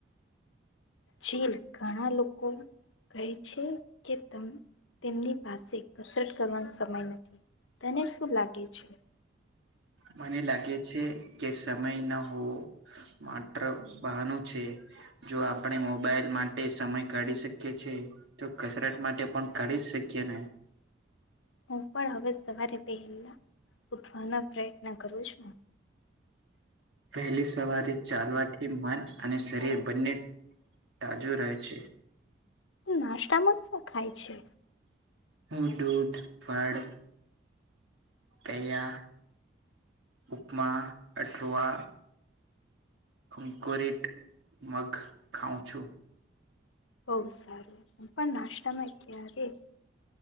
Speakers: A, on the left; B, on the right.
A: ચીન ઘણા લોકો કહે છે કે તેમની પાસે કસરત કરવાનો સમય નથી તને શું લાગે છે
B: મને લાગે છે કે સમય ના હોવો માત્ર બહનું છે જો આપણે મોબાઈલ માટે સમય કાઢી શકીએ છે તો કસરત માટે પણ કાઢી શકીએ ને
A: હું પણ હવે સવારે પહેલા ઉઠવાનો પ્રયત્ન કરું છું
B: વહેલી સવારી ચાલવાથી મન અને શરીર બંને તાજુ રહે છે
A: નાસ્તા માં શું ખાય છે
B: હું દૂધ ફળ પયા ઉપમા અઠઆ અંકોરેટ મગ ખાઉં છું
A: બહુ સારું હ પણ નાસ્તામાં ક્યારેય